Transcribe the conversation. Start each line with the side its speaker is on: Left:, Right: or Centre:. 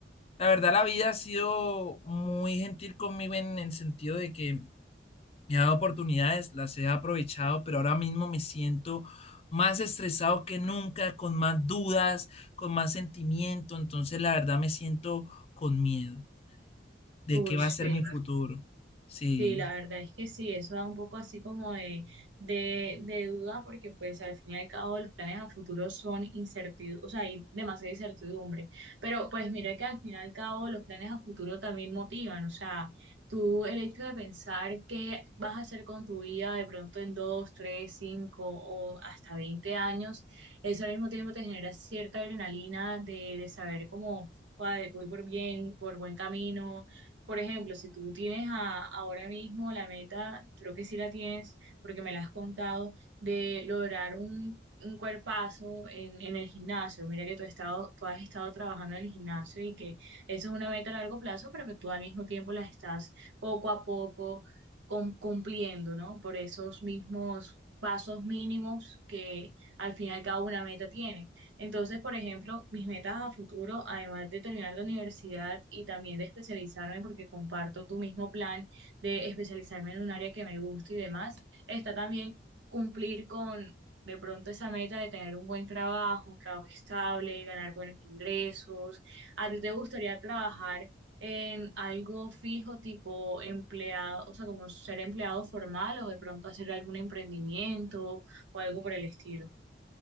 Left: La verdad, la vida ha sido muy gentil conmigo en el sentido de que Me ha dado oportunidades, las he aprovechado, pero ahora mismo me siento más estresado que nunca, con más dudas, con más sentimiento. Entonces, la verdad, me siento con miedo de
Right: Uy,
Left: qué va
Right: sí.
Left: a ser mi futuro. Sí.
Right: Sí, la verdad es que sí, eso da un poco así como de, de, de duda porque pues al fin y al cabo los planes a futuro son incertidumbre, o sea, hay demasiada incertidumbre, pero pues mira que al fin y al cabo los planes a futuro también motivan, o sea, tú el hecho de pensar qué vas a hacer con tu vida de pronto en dos, tres, cinco o hasta veinte años, eso al mismo tiempo te genera cierta adrenalina de, de saber cómo, "Ay, voy por bien, por buen camino por ejemplo, si tú tienes a- ahora mismo la meta, creo que sí la tienes, porque me la has contado, de lograr un, un cuerpazo en, en el gimnasio. Mira que tú, has estado, tú has estado trabajando en el gimnasio y que eso es una meta a largo plazo, pero que tú al mismo tiempo las estás poco a poco cum- cumpliendo, ¿no? Por esos mismos pasos mínimos que al final cada una meta tiene. Entonces, por ejemplo, mis metas a futuro, además de terminar la universidad y también de especializarme, porque comparto tu mismo plan de especializarme en un área que me gusta y demás, está también cumplir con de pronto esa meta de tener un buen trabajo, un trabajo estable, ganar buenos ingresos. ¿A ti te gustaría trabajar en algo fijo, tipo empleado, o sea, como ser empleado formal o de pronto hacer algún emprendimiento o algo por el estilo?